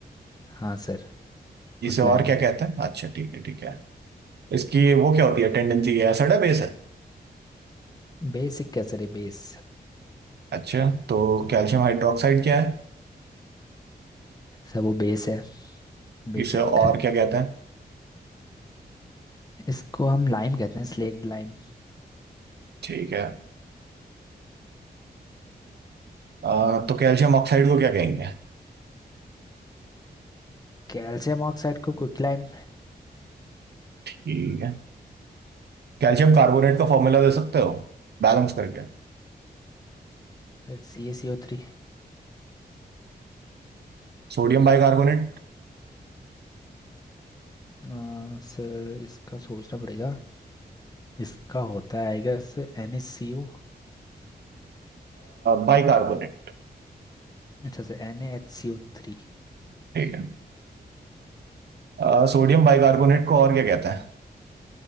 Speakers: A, on the left; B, on the right.
A: हाँ सर क्विकलाइम
B: इसे और क्या कहते हैं अच्छा ठीक है ठीक है इसकी वो क्या होती है टेंडेंसी है एसिड है बेस है
A: बेसिक क्या सर ये बेस
B: अच्छा तो कैल्शियम हाइड्रोक्साइड क्या है
A: सर वो बेस है बेसिक
B: इसे और क्या कहते हैं
A: इसको हम लाइम कहते हैं स्लेक्ट लाइम
B: ठीक है आ, तो कैल्शियम ऑक्साइड को क्या कहेंगे
A: कैल्शियम ऑक्साइड को quicklime
B: ठीक है कैल्शियम कार्बोनेट का फॉर्मूला दे सकते हो बैलेंस करके
A: Sir C A C O थ्री
B: Sodium bicarbonate
A: Uh, sir इसका सोचना पड़ेगा इसका होता है आएगा sir N H C O
B: बाइकार्बोनेट
A: अच्छा sir N A H C O थ्री
B: ठीक है आ, सोडियम बाइकार्बोनेट को और क्या कहते हैं